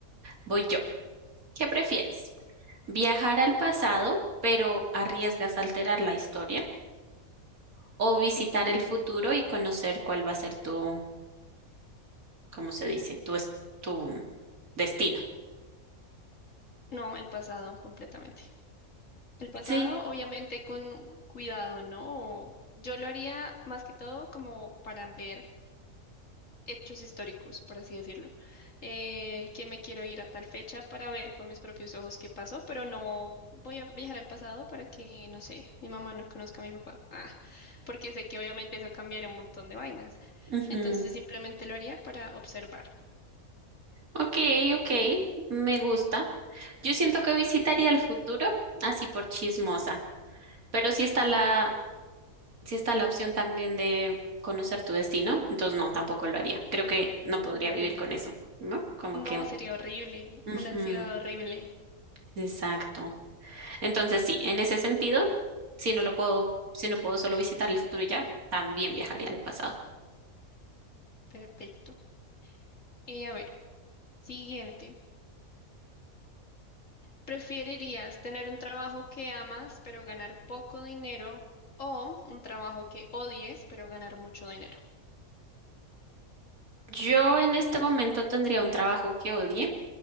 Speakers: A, on the right (about 80°); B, on the left (about 60°).
A: Voy yo. ¿Qué prefieres? ¿Viajar al pasado, pero arriesgas a alterar la historia? ¿O visitar
B: Ujú.
A: el futuro y conocer cuál va a ser tu, cómo se dice, tu, es- tu destino?
B: No, el pasado, completamente. El pasado,
A: Sí.
B: obviamente, con cuidado, ¿no? O- Yo lo haría más que todo como para ver. hechos históricos, por así decirlo, eh, que me quiero ir a tal fecha para ver con mis propios ojos qué pasó, pero no voy a viajar al pasado para que, no sé, mi mamá no conozca a mi papá, ah, porque sé que obviamente eso cambiaría un montón de vainas.
A: ujú.
B: Entonces simplemente lo haría para observar.
A: Ok, ok. Me gusta. Yo siento que visitaría el futuro así por chismosa. Pero si está la sí está la opción también de conocer tu destino, entonces no, tampoco lo haría. Creo que no podría
B: Mm.
A: vivir con eso, ¿no? Como
B: No,
A: que...
B: sería horrible,
A: ujú,
B: una ansiedad horrible.
A: exacto. Entonces sí, en ese sentido, si no lo puedo, si no puedo solo visitar el futuro y ya, también viajaría al pasado.
B: Perfecto. Y a ver, siguiente. ¿Preferirías tener un trabajo que amas pero ganar poco dinero o un trabajo que odies pero ganar mucho dinero?
A: Yo en este momento tendría un trabajo que odie.